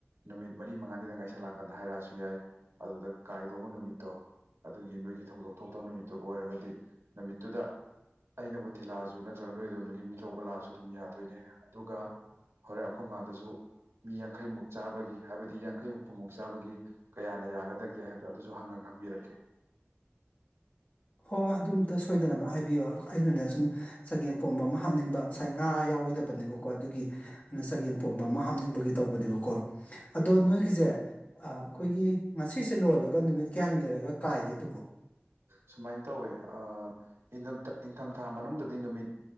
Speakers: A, on the right; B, on the left.
A: ꯅꯨꯃꯤꯠ ꯃꯔꯤ ꯃꯉꯥꯅꯤꯗ ꯉꯥꯏꯁꯜꯂꯛꯑꯀꯥꯟꯗ ꯍꯥꯏꯔꯛꯑꯁꯨ ꯌꯥꯏ ꯑꯗꯨꯗ ꯀꯥꯏꯗꯧꯕ ꯅꯨꯃꯤꯠꯇꯣ ꯑꯗꯨꯒꯤ ꯅꯣꯏꯒꯤ ꯊꯧꯗꯣꯛ ꯊꯣꯛꯇꯧ ꯅꯨꯃꯤꯠꯇꯨ ꯑꯣꯏꯔꯒꯗꯤ ꯅꯨꯃꯤꯠꯇꯨꯗ ꯑꯩꯅꯕꯨ ꯊꯤꯜꯂꯛꯑꯖꯨ ꯅꯠꯇ꯭ꯔꯒ ꯅꯣꯏ ꯑꯗꯣꯝꯗꯒꯤ ꯃꯤ ꯂꯧꯕ ꯂꯥꯛꯑꯁꯨ ꯑꯗꯨꯝ ꯌꯥꯗꯣꯏꯅꯦ ꯑꯗꯨꯒ ꯍꯣꯔꯦꯟ ꯑꯈꯣꯏ ꯃꯥꯗꯁꯨ ꯃꯤ ꯌꯥꯡꯈꯩꯃꯨꯛ ꯆꯥꯕꯒꯤ ꯍꯥꯏꯕꯗꯤ ꯌꯥꯡꯈꯩ ꯍꯨꯝꯐꯨꯃꯨꯛ ꯆꯥꯕꯒꯤ ꯀꯌꯥꯅ ꯌꯥꯒꯗꯒꯦ ꯍꯥꯏꯕꯗꯣ ꯑꯗꯨꯖꯨ ꯍꯪꯉ ꯈꯪꯕꯤꯔꯛꯀꯦ
B: ꯍꯣꯏ ꯍꯣꯏ ꯑꯗꯨꯝꯇꯥ ꯁꯣꯏꯗꯅꯕ ꯍꯥꯏꯕꯤꯌꯣ ꯑꯩꯅꯅꯦ ꯁꯨꯝ ꯆꯒꯦꯝ ꯄꯣꯝꯕ ꯑꯃ ꯍꯥꯞꯅꯤꯡꯕ ꯉꯁꯥꯏ ꯉꯥ ꯌꯥꯎꯔꯣꯏꯗꯕꯅꯦꯕꯀꯣ ꯑꯗꯨꯒꯤ ꯅ ꯆꯒꯦꯝ ꯄꯣꯝꯕ ꯑꯃ ꯍꯥꯞꯅꯤꯡꯕꯒꯤ ꯇꯧꯕꯅꯦꯕꯀꯣ ꯑꯗꯣ ꯅꯣꯏꯒꯤꯖꯦ ꯑꯥ ꯑꯩꯈꯣꯏꯒꯤ ꯉꯁꯤꯁꯦ ꯂꯣꯜꯂꯒ ꯅꯨꯃꯤꯠ ꯀꯌꯥꯅꯤ ꯂꯩꯔꯒ ꯀꯥꯏꯒꯦ ꯑꯗꯨꯕꯣ
A: ꯁꯨꯃꯥꯏꯅ ꯇꯧꯋꯦ ꯑꯥ ꯏꯟꯗꯝꯇꯥ ꯏꯟꯊꯝꯊꯥ ꯃꯅꯨꯡꯗꯗꯤ ꯅꯨꯃꯤꯠ